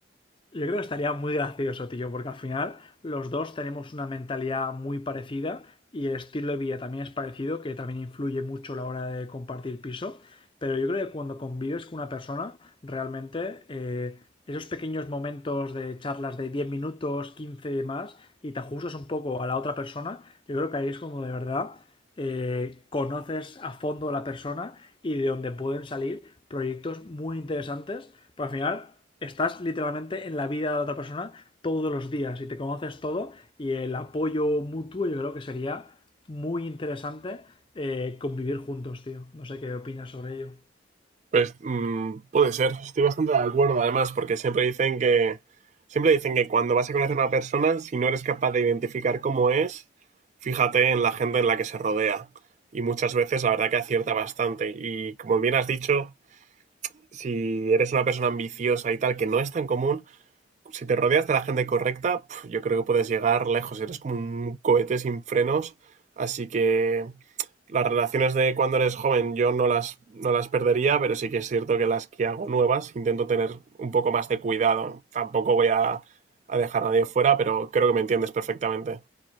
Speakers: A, on the left (about 25°); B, on the right (about 40°).
A: Yo creo que estaría muy gracioso, tío, porque al final los dos tenemos una mentalidad muy parecida y el estilo de vida también es parecido, que también influye mucho a la hora de compartir piso. Pero yo creo que cuando convives con una persona, realmente eh, esos pequeños momentos de charlas de 10 minutos, 15 y más, y te ajustas un poco a la otra persona, yo creo que ahí es como de verdad eh, conoces a fondo a la persona y de donde pueden salir proyectos muy interesantes, pero al final estás literalmente en la vida de la otra persona todos los días y te conoces todo y el apoyo mutuo yo creo que sería muy interesante eh, convivir juntos, tío. No sé qué opinas sobre ello.
B: Pues mmm, puede ser, estoy bastante de acuerdo además, porque siempre dicen que siempre dicen que cuando vas a conocer a una persona, si no eres capaz de identificar cómo es, fíjate en la gente en la que se rodea. Y muchas veces la verdad que acierta bastante. Y como bien has dicho, si eres una persona ambiciosa y tal, que no es tan común, si te rodeas de la gente correcta, pf, yo creo que puedes llegar lejos. Eres como un cohete sin frenos. Así que las relaciones de cuando eres joven yo no las, no las perdería, pero sí que es cierto que las que hago nuevas intento tener un poco más de cuidado. Tampoco voy a, a dejar a nadie fuera, pero creo que me entiendes perfectamente.